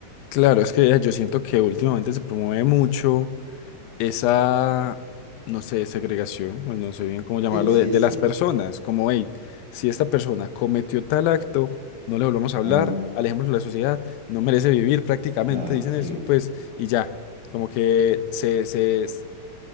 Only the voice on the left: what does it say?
claro, es que yo siento que últimamente se promueve mucho. esa, no sé, segregación, o no sé bien cómo llamarlo,
de, de
las personas, como, hey, si esta persona cometió tal acto, no le volvamos a hablar,
alejémoslo de la sociedad, no merece vivir prácticamente,
dicen
eso,
pues, y ya, como que se, se s-